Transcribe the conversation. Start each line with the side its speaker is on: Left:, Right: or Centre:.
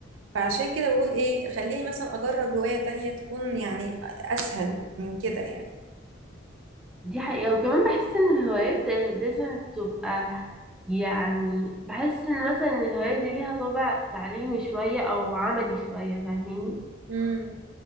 Right: فعشان كده بقول ايه خليني مثلا اجرب هواية تانية تكون يعني اسهل من كده
Centre: دي حقيقه وكمان بحس ان الهوايات آه، لازم تبقى يعني بحس ان مثلا إن الهوايات دي ليها طابع تعليمي شويه او عملي شويه فاهميني
Right: يعني